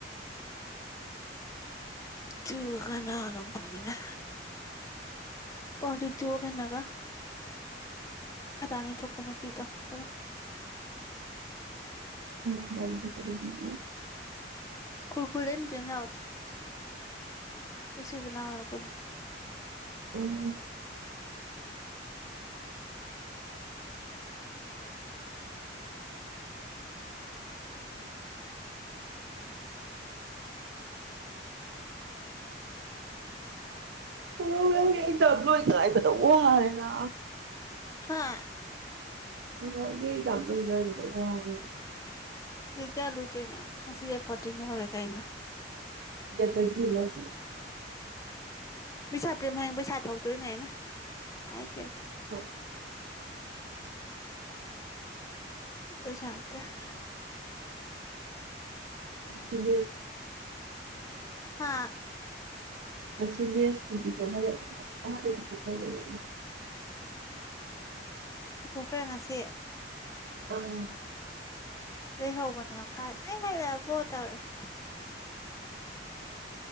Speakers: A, on the left; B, on the right.
A: ꯇ ꯀꯅꯅ ꯄꯥꯝꯃꯦꯅ ꯑꯣ ꯑꯗꯨꯗꯣ ꯀꯩꯅꯣꯒ ꯈꯗꯥꯡ ꯏꯟꯊꯣꯛꯄ ꯅꯨꯄꯤꯗꯣ ꯑꯗꯨꯒ
B: ꯈꯔꯗ ꯀꯗ <unintelligible>
A: ꯈꯨꯔꯈꯨꯜꯗꯧ ꯅꯨꯄꯤ ꯑꯃ ꯌꯥꯥꯎꯕꯗꯨ ꯃꯁꯤꯟ ꯃꯅꯥꯎ ꯍꯦꯛ ꯄꯨꯟ
B: ꯎꯝ ꯑꯉꯥꯡ ꯃꯌꯥꯝꯒꯤ ꯑꯦꯛꯖꯥꯝ ꯂꯣꯏ ꯉꯥꯏꯕꯗ ꯋꯥꯔꯦꯅ
A: ꯍꯥꯥ
B: ꯑꯉꯥꯡꯒꯤ ꯑꯦꯛꯖꯥꯝ ꯂꯣꯏ ꯉꯥꯢꯕꯗ ꯋꯥꯔꯦꯅ
A: ꯗꯦꯠ ꯀꯌꯥꯗ ꯂꯣꯢꯗꯣꯏꯅꯣ ꯉꯁꯤ ꯗꯦꯠ ꯐꯣꯔꯇꯤꯟ ꯌꯧꯔꯦ ꯀꯩꯅꯣ
B: ꯗꯦꯇ ꯇꯋꯦꯟꯇꯤꯗ ꯂꯣꯢꯕꯅꯤ
A: ꯃꯤꯁꯥ ꯄꯦꯝ ꯍꯌꯦꯡ ꯄꯩꯁꯥ ꯊꯧꯗꯣꯏꯅꯦ ꯑꯩꯅ ꯃꯥꯢ ꯄꯤ
B: ꯍꯣꯏ
A: ꯗꯁꯨ ꯍꯥꯢꯔꯛꯇꯦ <unintelligible>
B: ꯁꯤꯃꯦꯜ
A: ꯍꯥꯥ
B: ꯁꯤꯃꯦꯁ ꯀꯤ ꯄꯤꯊꯣꯛꯈꯔꯦꯕ ꯉꯁꯥꯢꯅ
A: ꯄꯤꯊꯣꯛꯈ꯭ꯔꯦ ꯉꯁꯤ
B: ꯑꯥ
A: ꯂꯩꯍꯧꯕꯅꯦ ꯃꯈꯥ ꯅꯣꯢ ꯍꯜꯂꯛꯑꯕꯣ ꯇꯧꯔꯛꯏ